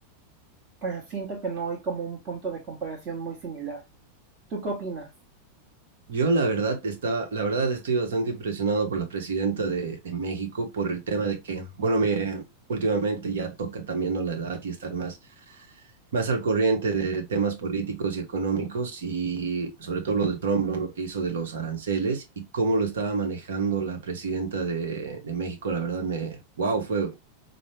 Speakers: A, on the right; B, on the right.
A: pero siento que no hay como un punto de comparación muy similar. ¿Tú qué opinas?
B: yo la verdad estaba, la verdad estoy bastante impresionado por la presidenta de, de México por el tema de que, bueno, me, últimamente ya toca también ¿no? la edad y estar más, más al corriente de temas políticos y económicos y sobre todo lo de Trump, ¿no? lo que hizo de los aranceles y cómo lo estaba manejando la presidenta de, de México, la verdad me, wow, fue,